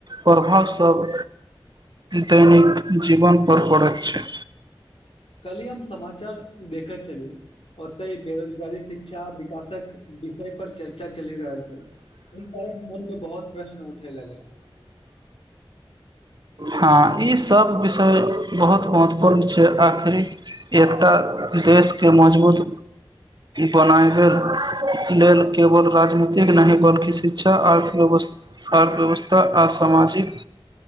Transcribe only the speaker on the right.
प्रभाव सब दैनिक जीवन पर पड़ैत छै।
हाँ ई सब विषय बहुत महत्वपूर्ण छै, आखरी एकटा देश के मजबूत बनाएबे लेल केवल राजनीतिक नहि बल्कि शिक्षा अर्थव्यवस अर्थव्यवस्था आ समाजिक